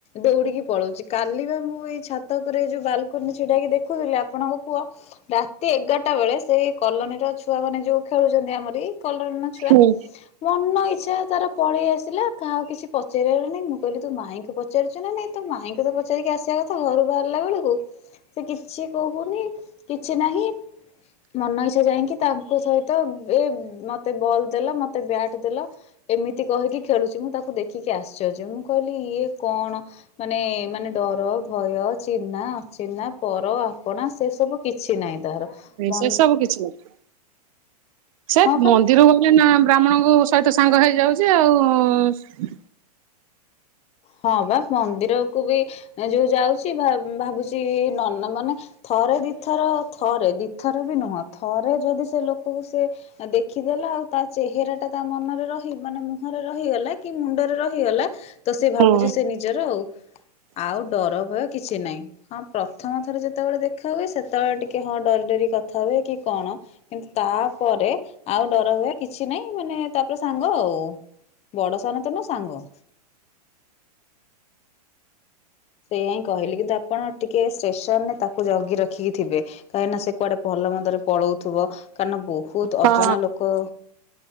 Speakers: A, on the left (about 30°); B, on the right (about 55°).
A: ଦୌଡିକି ପଳଉଛି, କାଲି ବା ମୁଁ ଏଇ ଛ ଛାତ ଉପରେ ଯଉ ବାଲକୁନି କି ଛିଡ଼ାହେଇ ଦେଖୁଥିଲି ଆପଣଙ୍କ ପୁଅ ରାତି ଏଗାର ଟା ବେଳେ ସେଇ କଲୋନୀର ଛୁଆ ମାନେ ଯୋଉ ଖେଳୁଛନ୍ତି ଆମରି ଏଇ କଲୋନୀର ଛୁଆ
B: ହୁଁ
A: ମନ ଇଚ୍ଛା ତାର ପଳେଇ ଆସିଲା, କାହା କୁ କିଛି ପଚାରିବାର ନାହିଁ, ମୁଁ କହିଲି ତୁ ମାଇଁଙ୍କୁ ପଚାରୁିଛୁ ନା ନାଇଁ ତୁ ମାଇଁଙ୍କୁ ତ ପଚାରିକି ଆସିବା କଥା ଘରୁ ବାହାରିଲା ବେଳକୁ। ସେ କିଛି କହୁନି, କିଛି ନାହିଁ। ମନଇଛା ଯାଇକି ତାଙ୍କ ସହିତ ଏ ମତେ ବଲ୍ ଦେଲ ମତେ ବ୍ୟାଟ୍ ଦେଲ। ଏମିତି କହିକି ଖେଳୁଛି, ମୁଁ ତାକୁ ଦେଖିକି ଆସର୍ଯ୍ୟ, ମୁଁ କହିଲି ଇଏ କଣ ମାନେ ମାନେ ଡର, ଭୟ, ଚିହ୍ନା, ଅଚିହ୍ନା, ପର, ଆପଣା ସେ ସବୁ କିଛି ନାହିଁ। ତାର। ମନ
B: ସେ ସବୁ କିଛି ନାହିଁ। ସେ
A: ହଁ ପା
B: ମନ୍ଦିର ଗୋଲେ ନା ବ୍ରାହ୍ମଣଙ୍କ ସହିତ ସାଙ୍ଗ ହେଇଯାଉଛି ଆଉ।
A: ହଁ ବା ମନ୍ଦିର କୁ ବି ଯୋଉ ଯାଉଛି ଭାବୁଛି ଏ ନନା ମାନେ ଥରେ ଦିଥର ଥରେ ଦିଥର ବି ନୁହଁ ଥରେ ଯଦି ସେ ଲୋକକୁ ସେ ଦେଖିଦେଲା, ଆଉ ତା ଚେହେରା ଟା ତା ମନରେ ରହି ମାନେ ମୁହଁରେ ରହିଗଲା କି ମୁଣ୍ଡରେ ରହି ହେଇଗଲା, ତ ସେ ଭାବୁଛି
B: ହୁଁ
A: ସେ ନିଜର ଆଉ ଆଉ ଡର ଭୟ କିଛି ନାହିଁ। ହଁ ପ୍ରଥମ ଥର ଯେତେବେଳେ ଦେଖା ହୁଏ, ସେତେବେଳେ ଟିକେ ହଁ ଡରି ଡରି କଥା ହୁଏ କି କଣ। କିନ୍ତୁ ତାପରେ ଆଉ ଡର ଭୟ କିଛି ନାଇଁ ମାନେ ତାପରେ ସାଙ୍ଗ ଆଉ। ବଡ ସାନ ତ ନୁହଁ ସାଙ୍ଗ। ସେୟା ହିଁ କହିଲି କିନ୍ତୁ ଆପଣ ଟିକେ ଷ୍ଟେସନରେ ତାକୁ ଜଗି ରଖିକି ଥିବେ। କାହିଁକିନା ସେ କୁଆଡେ ଭଲ ମନ୍ଦରେ ପଳଉଥିବ କାହିଁ ନା ବହୁତ
B: ହଁ
A: ଅଜଣା ଲୋକ